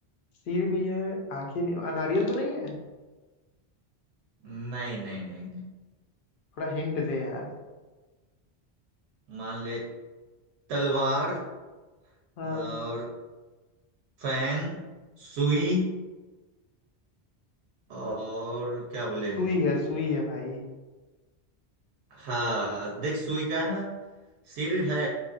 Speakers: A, on the left (about 60°); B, on the right (about 90°).
A: सिर भी है आंखें भी अ, नारियल तो नहीं है
B: नहीं नहीं नहीं नहीं
A: थोड़ा हिंट दे यार
B: मान ले तलवार
A: हाँ
B: और फैन सुई और क्या बोले
A: सुई है सुई है भाई
B: हाँ देख सुई का है ना सिर है